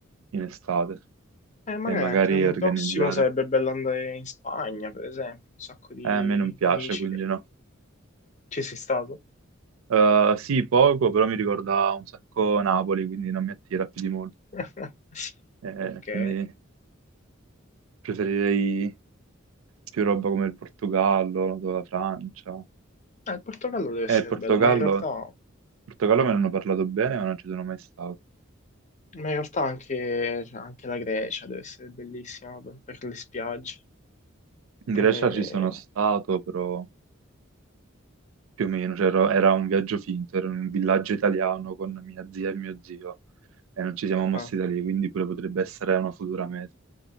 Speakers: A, on the right (about 80°); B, on the left (about 35°).
A: in estate
B: Eh, magari
A: e magari
B: anche l'anno
A: organizzare.
B: prossimo sarebbe bello andare in Spagna, per esempio, un sacco di
A: Eh, a me non piace,
B: amici
A: quindi
B: che
A: no.
B: ci sei stato.
A: Eh, sì, poco, però mi ricorda un sacco Napoli, quindi non mi attira più di molto.
B: <laughs>
A: Eh,
B: Ok,
A: quindi
B: eh,
A: preferirei più roba come il Portogallo, noto la Francia.
B: il Portogallo deve
A: Eh,
B: essere
A: il Portogallo,
B: bello, ma in realtà,
A: il
B: ma
A: Portogallo me ne hanno parlato bene, ma non ci sono mai stato.
B: in realtà anche, cioè, anche la Grecia deve essere bellissima per, per le spiagge.
A: In
B: Eh,
A: Grecia ci sono stato, però più o meno, cioè, ero- era un viaggio finto, era in un villaggio italiano con mia zia e mio zio e non ci siamo mossi
B: ah.
A: da lì, quindi pure potrebbe essere una futura meta.